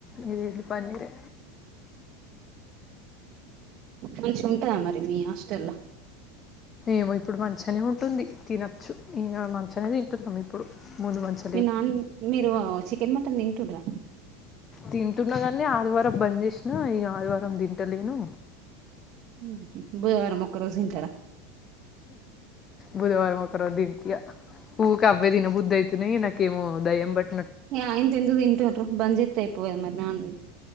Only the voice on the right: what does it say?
మంచి ఉంటందా మరి మీ హాస్టల్లో
మీ నాన్ మీరు చికెన్ మటన్ తింటుంరా
ఉహు బుధవారం ఒకరోజు తింటారా
ఇగ అయింత ఎందుకు తింటురు బంజత్యిపో మరి non veg